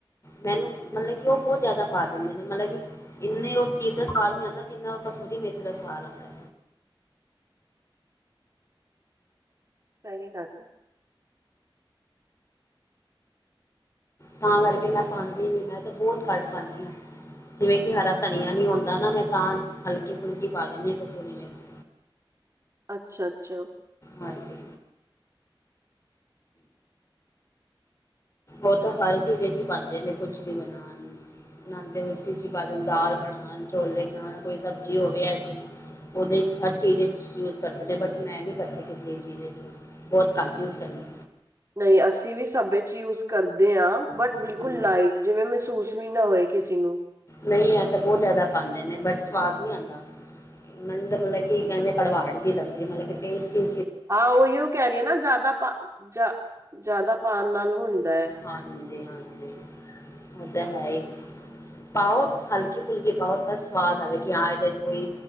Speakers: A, on the left (about 35°); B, on the right (about 35°).
A: ਮੈਨੂੰ ਮਲਬ ਕਿ ਉਹ ਬਹੁਤ ਜਾਦਾ ਪਾ ਦਿੰਦੇ ਨੇ ਮਲਬ ਕਿ ਇੰਨੇ ਉਹ ਚੀਜ਼ ਦਾ ਸਵਾਦ ਨੀ ਆਂਦਾ ਜਿੰਨਾ ਉਹ ਕਸੂਰੀ ਮੇਥੀ ਦਾ ਸਵਾਦ ਆਂਦਾ।
B: <unintelligible>
A: ਤਾ ਕਰਕੇ ਮੈਂ ਪਾਂਦੀ ਨੀ ਮੈਂ ਤਾ ਬੌਤ ਘੱਟ ਪਾਨੀ ਹਾ। ਜਿਵੇਂ ਕਿ ਹਰਾ ਧਨੀਆ ਨ ਹੁੰਦਾ ਨਾ ਮੈਂ ਤਾਂ ਹਲਕੀ ਫੁਲਕੀ ਪਾ ਦਿੰਦੀ ਹਾ ਕਸੂਰੀ ਮੇਥੀ।
B: ਅੱਛਾ-ਅੱਛਾ
A: ਹਾਂਜੀ ਉਹ ਤਾ ਹਰ ਚੀਜ਼ ਵਿੱਚ ਪਾਂਦੇ ਨੇ ਕੁਛ ਵੀ ਬਣਾਨ। ਬਣਾਦੇ ਹੋਣ ਉਸੀ ਵਿੱਚ ਪਾ ਦੇ ਦਾਲ ਬਨਾਨ, ਛੋਲੇ ਬਨਾਨ ਕੋਈ ਸਬਜ਼ੀ ਹੋਵੇ ਐਸੀ। ਉਹਦੇ ਚ ਹਰ ਚੀਜ਼ ਯੂਜ ਕਰਦੇ ਬਟ ਮੈਂ ਨੀ ਕਰਦੀ ਕਿਸੇ ਚੀਜ ਇਚ ਯੂਜ। ਬੋਹਤ ਘੱਟ ਯੂਜ ਕਰਨੀ
B: ਨਹੀਂ ਅਸੀਂ ਵੀ ਸਭ ਯੂਜ ਕਰਦੇ ਹਾਂ ਬਟ
A: ਕਰਦੀ
B: ਬਿਲਕੁਲ ਲਾਈਟ ਜਿਵੇਂ ਮਹਿਸੂਸ ਵੀ ਨਾ ਹੋਏ ਕਿਸੇ ਨੂੰ
A: ਨਹੀਂ ਇਹ ਤਾਂ ਬਹੁਤ ਜ਼ਿਆਦਾ ਪਾਉਂਦੇ ਨੇ ਬਟ ਸਵਾਦ ਨਹੀਂ ਆਉਂਦਾ। ਮੈਨੂੰ ਮਤਲਬ ਕਿ ਕਵੇਂ ਕੜਵਾਟ ਚ ਲੱਗਦੀ ਮਤਲਬ ਕਿ ਟੇਸਟ <inaudible>
B: ਹਾਂ ਉਹੀਓ ਕਹਿ ਰਹੀ ਹੈ ਨਾ ਜ਼ਿਆਦਾ ਪਾ ਜਾ ਜ਼ਿਆਦਾ ਪਾਉਣ ਨਾਲ ਹੁੰਦਾ ਹੈ।
A: ਹਾਂਜੀ, - ਹਾਂਜੀ। ਉਹ ਤਾਂ ਹੈ ਹੀ ਪਾਓ ਹਲਕੀ ਫੁਲਕੀ ਪਾਓ ਤਾਂ ਸਵਾਦ ਆਵੇ ਕਿ ਹਾਂ ਇਹਦੇ ਚ ਪਈ